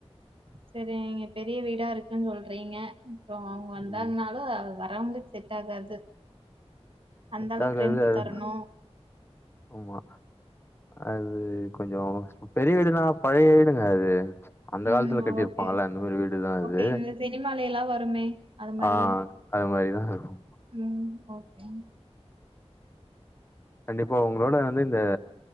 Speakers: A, on the right; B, on the left.
A: சரி நீங்க பெரிய வீடா இருக்குன்னு சொல்றீங்க அப்றோ அவங்க வந்தாங்னாலு
B: ம்
A: வரவங்களுக் செட் ஆகாது
B: செட்
A: அந்த அளவுக்கு
B: ஆகாது
A: ரெண்ட்டு
B: அது
A: தரணு
B: ஆமா அது கொஞ்சொ பெரிய வீடுனா பழைய வீடு ஞ்சோ அது அந்த காலத்துல
A: ம்
B: கட்டிருப்பாங்கல
A: ஓகே
B: அந்த மாரி வீடுதா இது
A: ஓகே இந்த சினிமால எல்லாம் வருமே அது மாதிரி
B: ஆ அது மாரிதா இருகு
A: ம் ஓகே
B: கண்டிப்பா உங்களோட வந்து இந்த